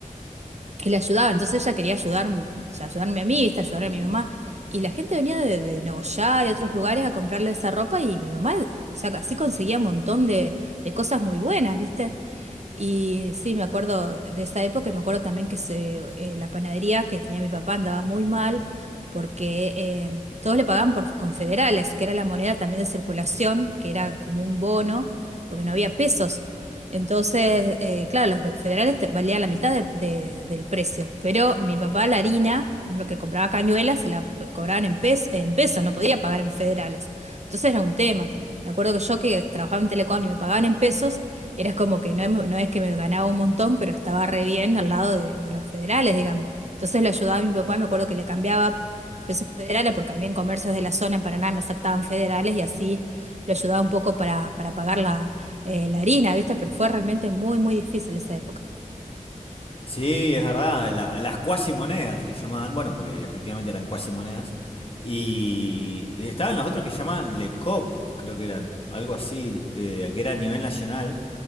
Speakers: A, on the right; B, on the left.
A: y le ayudaba. Entonces ella quería ayudar, o sea, ayudarme a mí, ¿viste? ayudar a mi mamá. Y la gente venía de, de Nogoyá, de otros lugares a comprarle esa ropa y mi mamá, o sea, así conseguía un montón de, de cosas muy buenas, ¿viste? Y sí, me acuerdo de esa época y me acuerdo también que se, eh, la panadería que tenía mi papá andaba muy mal porque eh, todos le pagaban por confederales, que era la moneda también de circulación, que era como un bono, porque no había pesos. Entonces, eh, claro, los federales te- valían la mitad de- de- del precio, pero mi papá la harina, por ejemplo, que compraba cañuelas, se la cobraban en pesos, en pesos, no podía pagar en federales. Entonces era un tema. Me acuerdo que yo que trabajaba en Telecom y me pagaban en pesos, era como que no, em- no es que me ganaba un montón, pero estaba re bien al lado de, de los federales, digamos. Entonces lo ayudaba a mi papá, me acuerdo que le cambiaba pesos federales, porque a mí en comercios de la zona en Paraná me aceptaban federales y así lo ayudaba un poco para, para pagar la, eh, la harina, ¿viste? Pero fue realmente muy, muy difícil esa época.
B: Sí, es verdad, la- las cuasimonedas le llamaban, bueno, porque efectivamente eran cuasimonedas, y estaban los otros que llamaban Le Cop, creo que eran, algo así, eh, que era a nivel nacional,